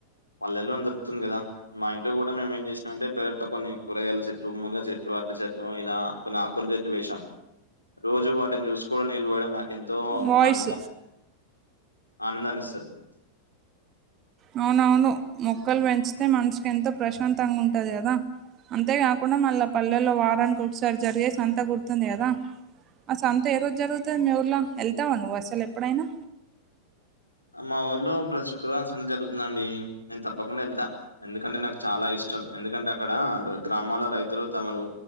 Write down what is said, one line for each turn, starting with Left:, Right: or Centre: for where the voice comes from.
Left: పల్లెల్లోన్ దొరుకుతుంది కదా మా ఇంట్లో కూడా మేము ఏం చేసినం అంటే పెరట్లో కొన్ని కూరగాయల చెట్లు మునిగ చెట్లు చెట్లు ఇలా కొన్ని ఆకుల చెట్లు వెషం రోజు వాటిని చూసుకో నీళ్ళు పోయడం నా ఎంతో
Right: వాయిస్
Left: ఆనంద ఆనందాన్నిస్తది
Right: అవునవును మొక్కలు పెంచితే మనసుకి ఎంతో ప్రశాంతంగా ఉంటంది కదా అంతేకాకుండా మళ్ళా పల్లెల్లో వారానికి ఒకసారి జరిగేసి సంతా గుర్తుంది కదా ఆ సంత ఏ రోజు జరుగుతద్ మీ ఊర్ల ఎళ్తావా నువ్వు అసల్ ఎప్పుడైనా
Left: మా ఊర్లో ప్రతి శుక్రవారం సంత జరుగుతదండి నేన్ తప్పకుండా వెళ్తా ఎందుకంటే నాక్ చాలా ఇష్ ఇష్టం ఎందుకంటే అక్కడ గ్రామాల రైతులు తమలు.